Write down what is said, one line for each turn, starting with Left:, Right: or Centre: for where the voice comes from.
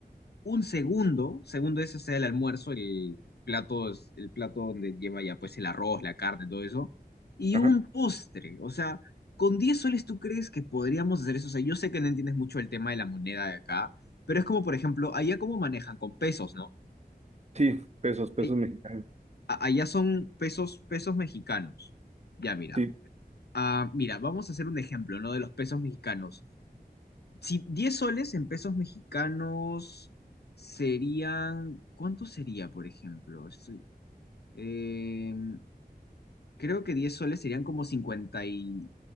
Left: un segundo, segundo ese sea el almuerzo, el plato, es- el plato donde lleva ya pues el arroz, la carne, todo eso, y
Right: Ajá.
Left: un postre. O sea, con 10 soles tú crees que podríamos hacer eso. O sea, yo sé que no entiendes mucho el tema de la moneda de acá, pero es como, por ejemplo, allá cómo manejan con pesos, ¿no?
Right: Sí, pesos, pesos
Left: Ay-
Right: mexicanos.
Left: a- Allá son pesos, pesos mexicanos. Ya, mira.
Right: Sí,
Left: Ah, mira, vamos a hacer un ejemplo, ¿no? De los pesos mexicanos. Si 10 soles en pesos mexicanos serían, ¿cuánto sería, por ejemplo? Estoy- em, creo que 10 soles serían como cincuenta cincuenta y